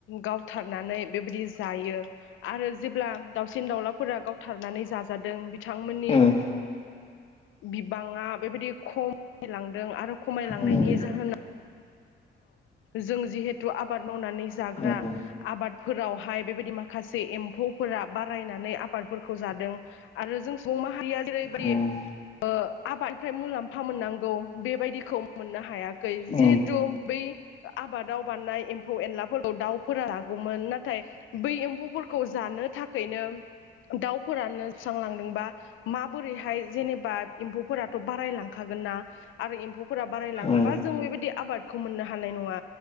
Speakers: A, on the left; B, on the left.
A: गावथारनानै बेबायदि जायो आरो जेब्ला दाउसिन दाउलाफोरा गावथारनानै जाजादों बिथांमोननि
B: उम
A: बिबाङा बेबायदि खमायलांदों आरो खमायलांनायनि
B: उम
A: जाहोनाव जों जिहेथु आबाद मावनानै जाग्रा
B: उम
A: आबादफोरावहाय बेबायदि माखासे एम्फौफोरा बारायनानै आबादफोरखौ जादों आरो जों सुबुं माहारिया जेरैबायदि
B: उम
A: ओ आबादनिफ्राय मुलाम्फा मोननांगौ बेबायदिखौ मोननो हायाखै
B: उम
A: जिहेथु बै आबादाव बारनाय एम्फौ एनलाफोरखौ दाउफोरा जागौमोन नाथाय बै एम्फौ फोरखौ जानो थाखाय नो दाउफोरानो जोस्रांलांदोंबा माबोरैहाय जेनेबा एम्फौफोराथ' बारायलांखागोन ना आरो एम्फौफोरा बारायलाङोबा
B: उम
A: जों बेबायदि आबाद खौ मोननो हानाय नङा